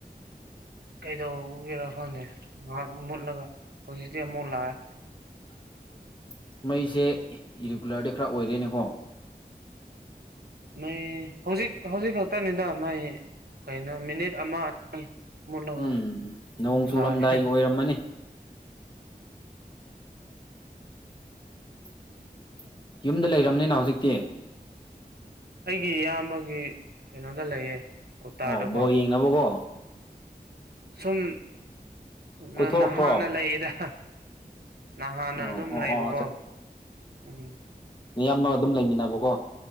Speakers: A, on the right; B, on the left.
A: ꯀꯩ ꯗꯧꯕꯒꯤꯔꯥ ꯈꯪꯗꯦ ꯉꯥꯍꯥꯛ ꯃꯨꯠꯂꯒ ꯍꯧꯖꯤꯛꯇꯤ ꯑꯃꯨꯛ ꯂꯥꯛꯑꯦ꯫
B: <unintelligible> ꯃꯩꯁꯦ ꯏꯔꯤꯒꯨꯂꯔꯗꯤ ꯈꯔ ꯑꯣꯏꯔꯦꯅꯦꯀꯣ꯫
A: ꯃꯩ ꯍꯧꯖꯤꯛ ꯍꯧꯖꯤꯛ ꯈꯛꯇꯅꯤꯗ ꯃꯩ ꯀꯩꯅꯣ ꯃꯤꯅꯤꯠ ꯑꯃ ꯃꯨꯠꯂꯒ
B: ꯎꯝ ꯅꯣꯡ
A: ꯃꯨꯛ
B: ꯆꯨꯔꯝꯗꯥꯏꯒꯤ
A: ꯂꯥꯛꯑꯦ꯫
B: ꯑꯣꯏꯔꯝꯃꯅꯤ <inaudible> <unintelligible> ꯌꯨꯝꯗ ꯂꯩꯔꯝꯅꯤꯅ ꯍꯧꯖꯤꯛꯇꯤ꯫
A: ꯑꯩꯒꯤ ꯏꯌꯥꯝꯕꯒꯤ ꯀꯩꯅꯣꯗ ꯂꯩꯌꯦ꯫ ꯀꯣꯇꯥꯔꯗꯀꯣ
B: ꯑꯣ ꯕꯣꯜ ꯌꯦꯡꯅꯕꯀꯣ꯫
A: ꯁꯨꯝ
B: ꯀꯣꯏꯊꯣꯔꯛꯄ꯭ꯔꯣ
A: ꯅ ꯅꯍꯥꯟꯅ ꯂꯩꯌꯦꯗ꯫ ꯅꯍꯥꯟꯅ
B: ꯑꯣ
A: ꯑꯗꯨꯝ
B: ꯑꯣ
A: ꯂꯩꯕꯀꯣ
B: ꯑꯣ
A: ꯎꯝ꯫
B: ꯏꯌꯥꯝꯕꯒ ꯑꯗꯨꯝ ꯂꯩꯃꯤꯟꯅꯕꯀꯣ꯫